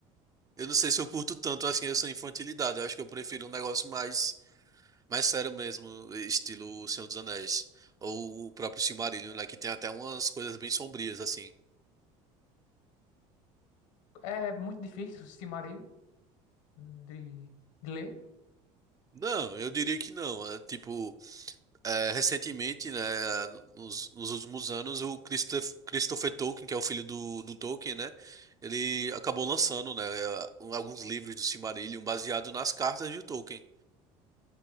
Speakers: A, on the right; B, on the left.
A: Eu não sei se eu curto tanto assim essa infantilidade. Eu acho que eu prefiro um negócio mais, mais sério mesmo, estilo Senhor dos Anéis. Ou o próprio Silmarillion, né? Que tem até umas coisas bem sombrias, assim.
B: É muito difícil o Silmarillion de, de ler.
A: Não, eu diria que não. É, tipo, é, recentemente, né? é, Nos, nos últimos anos, o Christoph, Christopher Tolkien, que é o filho do, do Tolkien, né? Ele acabou lançando, né? é, Alguns livros do Silmarillion baseado nas cartas de Tolkien.